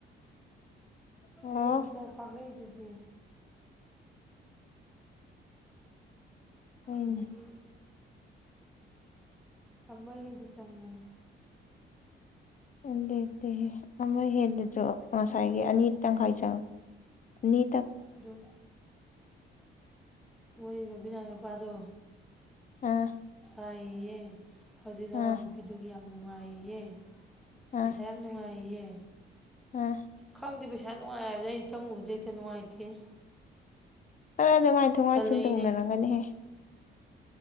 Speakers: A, on the left (about 40°); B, in the centre.
A: ꯑꯣ
B: ꯂꯦꯡꯇ ꯄꯥꯛꯂꯛꯏꯗꯨꯗꯤ
A: ꯍꯣꯏꯅꯦ
B: ꯑꯗꯨꯒꯤ ꯑꯃ ꯍꯦꯟꯅ ꯆꯪꯕꯅꯦ
A: ꯑꯗꯨꯢ ꯇꯦꯍꯦ ꯑꯃ ꯍꯦꯜꯂꯤꯗꯣ ꯉꯁꯥꯏꯒꯤ ꯑꯅꯤ ꯇꯪꯈꯥꯏ ꯆꯪ ꯑꯅꯤ
B: ꯑꯗꯨ ꯃꯣꯏ ꯕꯕꯤꯅꯥꯏ ꯃꯄꯥꯗꯣ
A: ꯑꯥ
B: ꯁꯥꯏꯌꯦ ꯍꯧꯖꯤꯛ ꯊꯧꯋꯥꯟ
A: ꯑꯥ
B: ꯅꯨꯄꯤꯗꯨꯒꯤ ꯌꯥꯝ ꯅꯨꯡꯉꯥꯏꯌꯦ ꯄꯩꯁꯥ
A: ꯑꯥ
B: ꯌꯥꯝ ꯅꯨꯡꯉꯥꯏꯌꯦ
A: ꯑꯥ
B: ꯈꯪꯗꯦ ꯄꯩꯁꯥ ꯅꯨꯡꯉꯥꯏ ꯍꯥꯏꯕꯗ ꯑꯩꯅ ꯆꯪꯉꯨꯕꯁꯦ ꯍꯦꯛꯇ ꯅꯨꯡꯉꯥꯏꯇꯦꯅꯦ
A: ꯈꯔ ꯑꯗꯨꯉꯥꯏꯊꯣꯛ ꯉꯥꯏꯁꯤꯟ
B: ꯇꯜꯂꯛꯏꯅꯦ
A: ꯇꯧꯅꯔꯝꯒꯅꯤꯍꯦ
B: ꯍꯦꯛꯇ